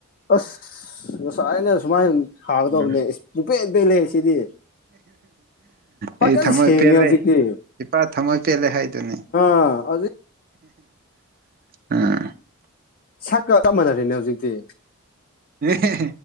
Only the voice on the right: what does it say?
ꯎꯝ
ꯑꯩ ꯊꯝꯃꯣꯏ
ꯄꯦꯜꯂꯦ
ꯏꯄꯥ ꯊꯝꯃꯣꯏ ꯄꯦꯜꯂꯦ ꯍꯥꯏꯗꯨꯅꯦ
ꯑꯝ
ꯍ